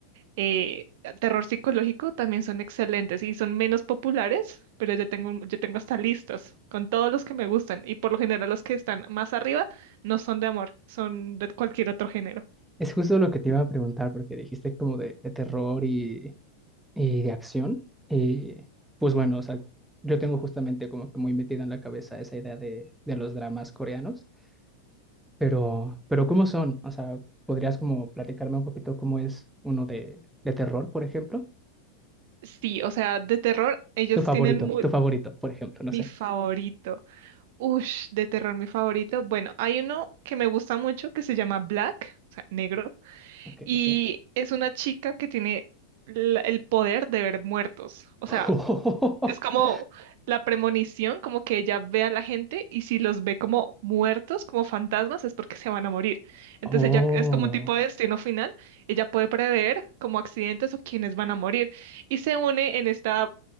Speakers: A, on the right; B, in the centre.
A: eh, terror psicológico también son excelentes y son menos populares, pero yo tengo, un- yo tengo hasta listas con todos los que me gustan y por lo general los que están más arriba no son de amor, son de cualquier otro género.
B: Es justo lo que te iba a preguntar, porque dijiste como de, de terror y, y de acción. Y pues bueno, o sea, yo tengo justamente como que muy metida en la cabeza esa idea de, de los dramas coreanos, pero, pero ¿cómo son? O sea, ¿podrías como platicarme un poquito cómo es uno de, de terror, por ejemplo?
A: Sí, o sea, de terror, ellos
B: Tu favorito,
A: tienen mu-
B: tu favorito, por ejemplo, no
A: mi
B: sé.
A: favorito. Ush, de terror, mi favorito. Bueno, hay uno que me gusta mucho que se llama Black, o sea, negro,
B: Ok,
A: y
B: ok.
A: es una chica que tiene la- el poder de ver muertos. O
B: <laughs>
A: sea, es como la premonición, como que ella ve a la gente y si los ve como muertos, como fantasmas, es porque se van a morir. Entonces
B: Oh, oh,
A: ella es como un tipo de destino final. Ella puede prever como accidentes o quienes van a morir. Y se une en esta